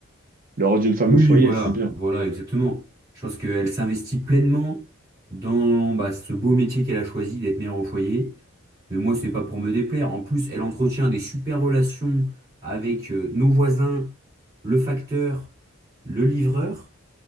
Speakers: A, on the right (about 40°); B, on the right (about 15°).
A: le rôle d'une femme
B: Oui,
A: au foyer,
B: voilà,
A: c'est bien.
B: voilà, exactement. Je pense qu'elle s'investit pleinement dans bah, ce beau métier qu'elle a choisi d'être mère au foyer. Mais moi, c'est pas pour me déplaire. En plus, elle entretient des super relations avec euh, nos voisins, le facteur, le livreur.